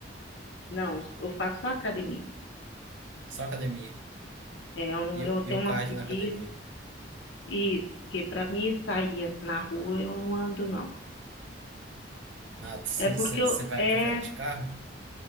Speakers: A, on the left; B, on the right.
A: Não, eu faço só academia.
B: Só academia.
A: É, eu, não-
B: E,
A: eu
B: o- e
A: tenho
B: o
A: uma
B: cardio
A: preguiça,
B: na academia.
A: isso, porque para mim sair assim na rua, eu não ando, não.
B: Ah, <laughs> você
A: É porque eu,
B: você vai,
A: é,
B: prefere de carro?